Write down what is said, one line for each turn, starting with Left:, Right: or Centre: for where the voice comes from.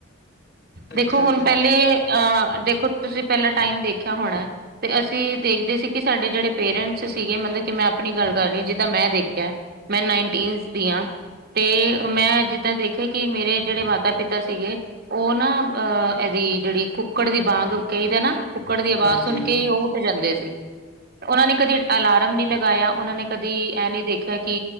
Left: ਬੱਚਾ
Right: ਦੇਖੋ ਹੁਣ
Left: ਤਾਂ
Right: ਪਹਿਲੇ ਅ, ਦੇਖੋ ਤੁਸੀਂ ਪਹਿਲਾਂ ਟਾਈਮ ਦੇਖਿਆ ਹੋਣਾ। ਤੇ ਅਸੀਂ ਦੇਖਦੇ ਸੀ, ਕਿ ਸਾਡੇ ਜਿਹੜੇ ਪੇਰੈਂਟਸ ਸੀਗੇ, ਮਤਲਬ ਕਿ ਮੈਂ ਆਪਣੀ ਗੱਲ ਕਰ ਰਹੀ ਹਾਂ। ਮੈਂ ਦੇਖਿਆ, ਮੈਂ ਨਾਈਨਟੀਨ ਦੀ ਹਾਂ, ਤੇ ਮੈਂ ਜਿੱਦਾਂ ਦੇਖਿਆ ਕਿ ਮੇਰੇ ਜਿਹੜੇ ਮਾਤਾ ਪਿਤਾ ਸੀਗੇ, ਉਹ ਨਾ ਅਹ ਇਹਦੀ ਜਿਹੜੀ ਕੁੱਕੜ ਦੀ ਵਾਂਗ ਕਈ ਦੇ ਨਾ ਕੁੱਕੜ ਦੀ ਆਵਾਜ਼
Left: ਹਾਂਜੀ
Right: ਸੁਣ ਕੇ ਹੀ ਉਹ ਉੱਠ ਜਾਂਦੇ ਸੀ। ਉਹਨਾਂ ਨੇ ਕਦੀ ਅਲਾਰਮ ਨਹੀਂ ਲਗਾਇਆ, ਉਹਨਾਂ ਨੇ ਕਦੀ ਇਹ ਨਹੀਂ ਦੇਖਿਆ ਕਿ